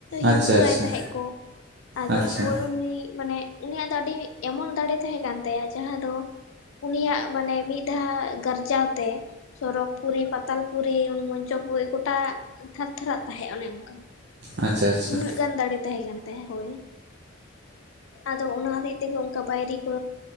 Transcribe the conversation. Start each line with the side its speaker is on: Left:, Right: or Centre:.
Left: ᱦᱤᱝᱥᱟᱭ
Right: ᱟᱪᱪᱷᱟ ᱟᱪᱪᱷᱟ
Left: ᱛᱟᱦᱮᱸᱜ ᱠᱚ᱾ ᱟᱫᱚ
Right: ᱟᱪᱪᱷᱟ
Left: ᱩᱱᱤ ᱢᱟᱱᱮ ᱩᱱᱤᱭᱟᱜ ᱫᱚ ᱟᱹᱰᱤ ᱮᱢᱚᱱ ᱫᱟᱲᱮ ᱛᱟᱦᱮᱸ ᱠᱟᱱ ᱛᱟᱭᱟ ᱡᱟᱦᱟᱸ ᱫᱚ᱾ ᱩᱱᱤᱭᱟᱜ ᱢᱟᱱᱮ ᱢᱤᱫ ᱫᱷᱟᱣ ᱜᱟᱨᱡᱟᱣ ᱛᱮ ᱥᱚᱨᱚᱜ ᱯᱩᱨᱤ ᱯᱟ ᱛᱟᱞᱯᱩᱨᱤ ᱢᱚᱧᱪᱚᱯᱩᱨᱤ ᱜᱚᱴᱟ ᱛᱷᱟᱨ ᱛᱷᱟᱨᱟᱜ ᱛᱟᱦᱮᱸᱜ ᱚᱱᱮ ᱚᱱᱠᱟ᱾
Right: ᱟᱪᱪᱷᱟ ᱟᱪᱪᱷᱟ᱾
Left: ᱩᱱᱟᱹᱜ ᱜᱟᱱ ᱫᱟᱲᱮ ᱛᱟᱦᱮᱸ ᱠᱟᱱ ᱛᱟᱭ ᱦᱳᱭ᱾ ᱟᱫᱚ ᱚᱱᱟ ᱦᱟᱵᱤᱡ ᱛᱮᱜᱮ ᱚᱱᱠᱟ ᱵᱟᱭᱨᱤ ᱠᱚ